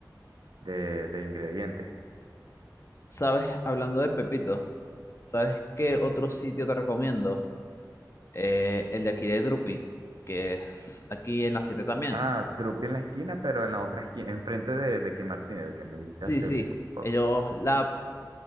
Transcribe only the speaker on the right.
de- de ingredientes.
Ah, Drupi en la esquina, pero en la otra esquina, enfrente de, de Kim Martín, el que me dijiste
hace,
hace poco.